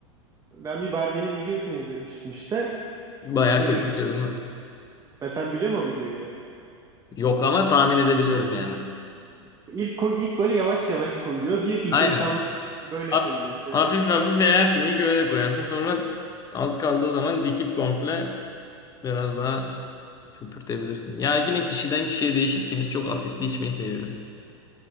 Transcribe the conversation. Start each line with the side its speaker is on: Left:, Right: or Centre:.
Right: Ben bir barmenin videosunu izlemiştim işte.
Left: Bayağı
Right: İşte
Left: köpürtüyor
Right: diyor,
Left: değil mi?
Right: "Ben sen biliyor musun videoyu?
Left: Yok ama tahmin edebiliyorum yani.
Right: İlk, koy, ilk böyle yavaş yavaş koyuyor. Diyor ki işte
Left: Aynen.
Right: insanlar böyle
Left: Haf-
Right: koyuyor işte.
Left: Hafif hafif eğersin. İlk öyle koyarsın. Sonra az kaldığı zaman dikip komple biraz daha köpürtebilirsin. Ya yine kişiden kişiye değişir. Kimisi çok asitli içmeyi seviyor.